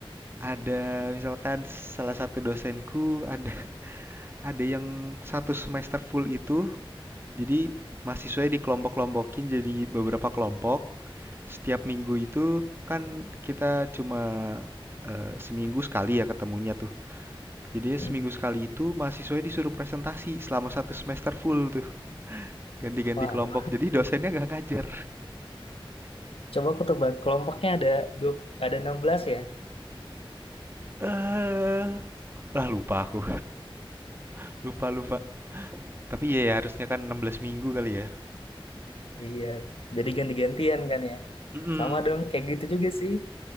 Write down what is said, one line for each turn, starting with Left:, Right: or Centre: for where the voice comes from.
Right: ada misalkan salah satu dosenku ada ada yang satu semester full itu jadi mahasiswanya dikelompok-kelompokin jadi beberapa kelompok setiap minggu itu kan kita cuma eh, seminggu sekali ya ketemunya tuh jadi
Left: Hmm.
Right: seminggu sekali itu mahasiswanya disuruh presentasi selama satu semester full tuh ganti-ganti
Left: Wow,
Right: kelompok jadi dosennya nggak ngajar
Left: coba aku tebak kelompoknya ada dua, ada enam belas ya?
Right: eh lah lupa aku <laughs> lupa lupa tapi ya, ya harusnya kan 16 minggu kali ya
Left: Iya, jadi ganti-gantian kan ya?
Right: mm
Left: Sama dong, kayak gitu juga sih.